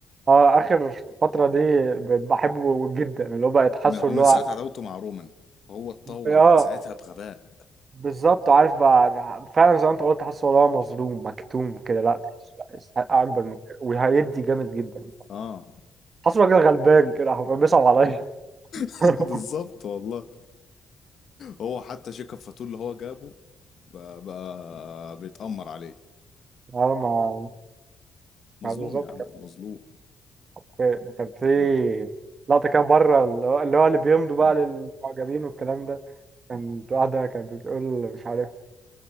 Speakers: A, on the right; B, on the left.
A: اه اخر فترة دي بقيت بحبه جدا اللي هو بقى تحسه
B: ما هو
A: اللي
B: من
A: هو
B: ساعة عداوته مع رومان هو اتطور
A: اه
B: من ساعتها بغباء
A: بالظبط عارف بقى فعلا زي ما انت قلت تحسه اللي هو مظلوم مكتوم كده لا تحسه لا، يستحق اكبر من كده وهيدي جامد جدا
B: اه
A: حاسه راجل غلبان كده حرفيا بيصعب عليا
B: <laughs>
A: <laughs>
B: بالظبط والله هو حتى شيكاب فاتور اللي هو جابه بقى, بقى بيتأمر عليه
A: اه ما
B: مظلوم
A: ما بالظبط
B: يا عم
A: كان
B: مظلوم
A: في كان في
B: اه
A: لقطة كده بره اللي هو اللي هو اللي بيمضوا
B: اه
A: بقى للمعجبين والكلام ده كانت واحدة كانت بتقول مش عارف